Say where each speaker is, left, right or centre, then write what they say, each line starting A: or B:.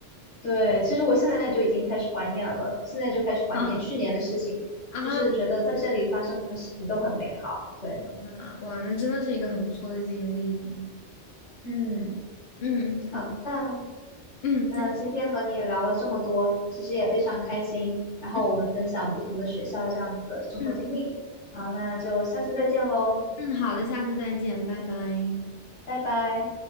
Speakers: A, on the left; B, on the left.
A: 对，其实我现在就已经开始怀念了，现在就开始怀念去年的事情，
B: 啊，<laughs> 啊
A: 就是觉得在这里发生的事情都很美好。对，
B: 啊！哇，那真的是一个很不错的经历呢。
A: 嗯，
B: 嗯，
A: 好，
B: 好的
A: 那。
B: 嗯，
A: 那今天和你聊了这么多，
B: 那
A: 其实也非常开心。然后我们分享不同的学校这样的生活经历。
B: 嗯嗯
A: 好，那就下次再见喽，
B: 嗯，好的，下次再见，拜拜。
A: 拜拜。